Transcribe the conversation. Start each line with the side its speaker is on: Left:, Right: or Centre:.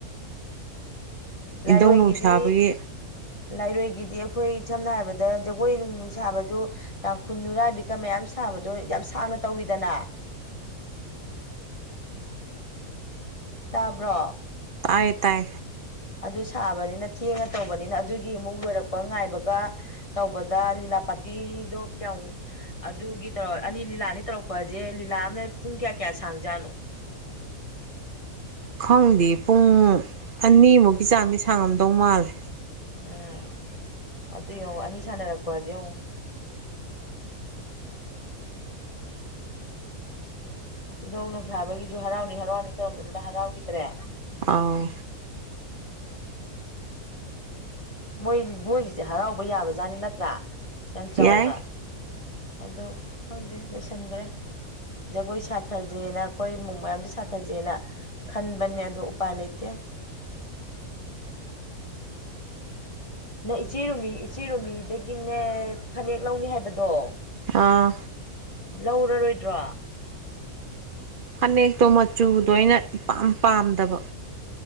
Left: ꯂꯥꯏꯔꯣꯏꯒꯤꯗꯤ
Right: ꯏꯙꯧ ꯅꯨꯡꯁꯥꯕꯒꯤ
Left: ꯂꯥꯏꯔꯣꯏ ꯒꯤꯗꯤ ꯑꯈꯣꯏ ꯁꯝꯅ ꯍꯥꯏꯕꯗ ꯖꯒꯣꯏ ꯅꯨꯡꯅꯨꯡ ꯁꯥꯕꯖꯨ ꯇꯥꯡꯈꯨꯟ ꯅꯨꯨꯔꯥꯕꯤꯀ ꯃꯌꯥꯝ ꯁꯥꯕꯗꯣ ꯌꯥ ꯌꯥꯝ ꯁꯥꯡꯅ ꯇꯧꯋꯤꯗꯅꯥ ꯇꯥꯕ꯭ꯔꯣ
Right: ꯇꯥꯢꯌꯦ ꯇꯥꯏ
Left: ꯑꯗꯨ ꯁꯥꯕꯅꯤꯅ ꯊꯦꯡꯉ ꯇꯧꯕꯅꯤꯅ ꯑꯗꯨꯒꯤ ꯑꯃꯨꯛ ꯂꯣꯏꯔꯛꯄ ꯉꯥꯏꯕꯒ ꯇꯧꯕꯗ ꯂꯤꯂꯥ ꯂꯥ ꯄꯥꯔꯇꯤꯗꯣ ꯀꯌꯥꯎ ꯑꯗꯨꯒꯤ ꯇꯧꯔ ꯑꯅꯤ ꯂꯤꯂꯥ ꯑꯅꯤ ꯇꯧꯔꯛꯄꯖꯦ ꯂꯤꯂꯥ ꯑꯃꯅ ꯄꯨꯡ ꯀꯌꯥ ꯀꯌꯥ ꯁꯥꯡꯖꯥꯅꯣ
Right: ꯈꯪꯗꯦ ꯄꯨꯡ ꯑꯅꯤꯃꯨꯛꯀꯤ ꯆꯥꯡꯗꯤ ꯁꯥꯡꯉꯝꯗꯧ ꯃꯥꯜꯂꯦ
Left: ꯎꯝ ꯑꯗꯨ ꯌꯦꯡꯉꯣ ꯑꯅꯤ ꯁꯥꯟꯅꯔꯛꯄꯖꯦ ꯌꯦꯡꯉꯣ ꯏꯙꯧ ꯅꯣꯡꯁꯥꯕꯒꯤꯖꯨ ꯍꯔꯥꯎꯅꯤ ꯍꯔꯥꯎꯅꯤ ꯇꯧꯔꯝꯕꯗꯨꯅ ꯍꯔꯥꯎꯒꯤꯗ꯭ꯔꯦ
Right: ꯑꯥꯎ
Left: ꯃꯣꯏꯖꯤ ꯃꯣꯏꯒꯤꯖꯤꯗꯤ ꯍꯔꯥꯎꯕ ꯌꯥꯕ ꯖꯥꯠꯅꯤ ꯅꯠꯇ꯭ꯔꯥ ꯌꯥꯝ ꯆꯥꯎꯅ
Right: ꯌꯥꯏ
Left: ꯑꯗꯣ ꯈꯪꯗꯦ ꯂꯣꯏꯁꯟꯒ꯭ꯔꯦ ꯖꯒꯣꯏ ꯁꯥꯊꯖꯦꯅ ꯑꯈꯣꯏ ꯃꯨ ꯃꯌꯥꯝꯖꯦ ꯁꯥꯊꯖꯦꯅ ꯈꯟꯕꯅꯦ ꯑꯗꯨ ꯎꯄꯥꯏ ꯂꯩꯇꯦ ꯅ ꯏꯆꯦ ꯔꯨꯃꯤ ꯏꯆꯦ ꯔꯨꯃꯤꯗꯒꯤꯅꯦ ꯐꯅꯦꯛ ꯂꯧꯅꯤ ꯍꯥꯏꯕꯗꯣ
Right: ꯑꯥ
Left: ꯂꯧꯔꯔꯣꯏꯗ꯭ꯔꯣ
Right: ꯐꯅꯦꯛꯇꯣ ꯃꯆꯨꯗꯣ ꯑꯩꯅ ꯏꯄꯥꯝ ꯄꯥꯝꯗꯕ